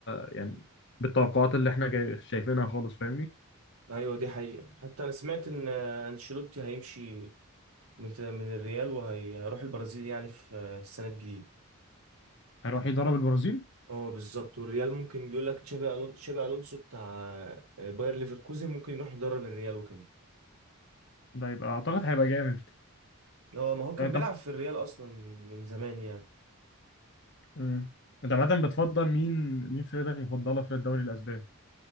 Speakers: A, on the left (about 55°); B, on the right (about 80°).
A: يعني بالتوقعات اللي احنا جاي- شايفينها خالص فاهمني
B: ايوه دي حقيقه حتى انا سمعت ان انشيلوتي هيمشي من من الريال وهيروح البرازيل يعني في السنه الجديده
A: هيروح يدرب البرازيل
B: اه بالظبط والريال ممكن يقول لك تشابي الونسو تشابي الونسو بتاع باير ليفركوزن ممكن يروح يدرب الريال وكده
A: ده يبقى اعتقد هيبقى جامد
B: اه ما هو كان
A: طب انت
B: بيلعب في الريال اصلا من زمان يعني
A: امم انت عامة بتفضل مين مين فرقتك المفضلة في الدوري الأسباني؟